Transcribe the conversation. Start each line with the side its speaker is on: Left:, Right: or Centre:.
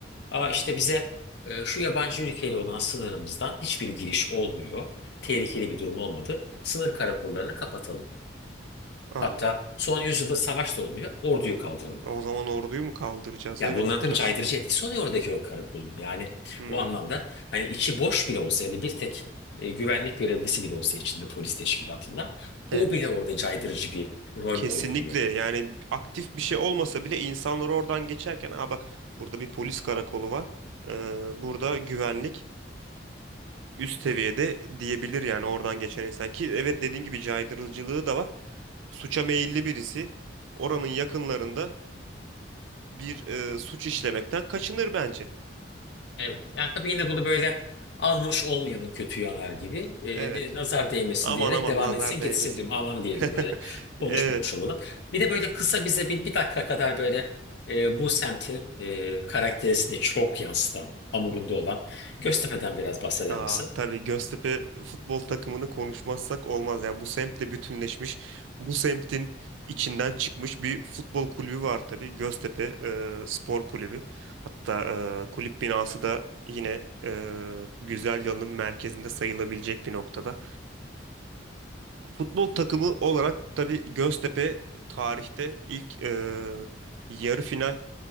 Left: Aa, işte bize e, şu yabancı ülkeyle olan sınırımızdan hiçbir giriş olmuyor. Tehlikeli bir durum olmadı. Sınır karakollarını kapatalım.
Right: Aa,
Left: Hatta son yüzyılda savaş da olmuyor. Orduyu kaldıralım.
Right: o zaman orduyu mu kaldıracağız?
Left: Ya
Right: Evet
Left: bunların tabii
Right: biraz.
Left: caydırıcı etkisi oluyor oradaki o karakolun. Yani
Right: Hmm,
Left: bu anlamda hani içi boş bile olsa yani bir tek e, güvenlik görevlisi bile olsa içinde polis teşkilatında
Right: evet.
Left: o bile orada caydırıcı bir rol
Right: Kesinlikle
Left: oynuyor.
Right: yani aktif bir şey olmasa bile insanlar oradan geçerken aa bak burada bir polis karakolu var. Ee, burada güvenlik üst seviyede diyebilir yani oradan geçen insan ki evet dediğin gibi caydırıcılığı da var. suça meyilli birisi oranın yakınlarında bir e, suç işlemekten kaçınır bence.
Left: Evet. Yani tabii yine bunu böyle almış olmayalım kötü yanar gibi. Ee,
Right: Evet.
Left: ne- nazar değmesin
Right: Aman
Left: diyerek
Right: aman
Left: devam
Right: nazar
Left: etsin
Right: değmesin.
Left: gitsin diyorum. Aman diyelim
Right: <laughs>
Left: böyle konuşmamış
Right: Evet.
Left: olalım. Bir de böyle kısa bize bir, bir dakika kadar böyle e, bu semtin e, karakterisini çok yansıtan, hamurunda olan Göztepe'den biraz bahseder
Right: Aa,
Left: misin?
Right: tabii Göztepe futbol takımını konuşmazsak olmaz. ya bu semtle bütünleşmiş, bu semtin içinden çıkmış bir futbol kulübü var tabii. Göztepe e, Spor Kulübü. Hatta e, kulüp binası da yine e, Güzelyalı'nın merkezinde sayılabilecek bir noktada. Futbol takımı olarak tabii Göztepe tarihte ilk e, yarı final